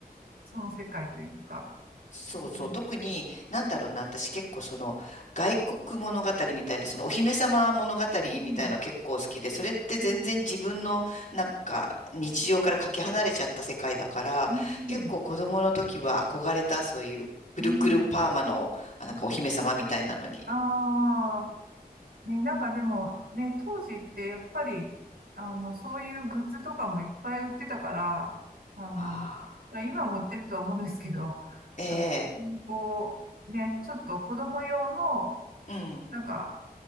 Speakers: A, on the right; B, on the left.
A: その世界というか。
B: そうそう。
A: うん。
B: 特に、なんだろうな、私結構その、外国物語みたいな、そのお姫様物語みたいの結構好きで、
A: うん。
B: それって全然自分の、
A: うん。
B: なんか、日常からかけ離れちゃった世界だから、
A: うん。
B: 結構子供の時は憧れた、そういう、くるくるパーマの、
A: うん。うん。
B: あ、なんかお姫様みたいなのに。
A: うん。ああー。ね、なんかでも、ね、当時ってやっぱり、あの、そういうグッズとかもいっぱい売ってたから、あの、
B: ああ。
A: まあ今も売ってるとは思うんですけど、
B: ええ、
A: なんかそういうこう、ね、ちょっと子供用の、
B: うん、
A: なんか